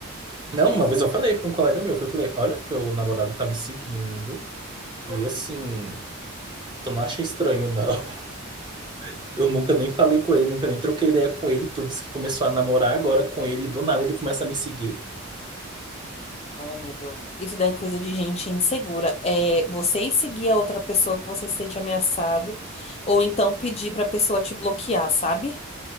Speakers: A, on the right; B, on the left.
A: Não, uma
B: Hum.
A: vez eu falei para um colega meu, eu falei, olha, teu namorado tá me seguindo e assim, tu não acha estranho, não. <laughs> Eu nunca nem falei com ele, nunca nem troquei ideia com ele, tu disse que começou a namorar agora com ele e do nada ele começa a me seguir.
B: Ai, amigo. Isso daí é coisa de gente insegura. É você ir seguir a outra pessoa que você se sente ameaçado, ou então pedir pra pessoa te bloquear, sabe?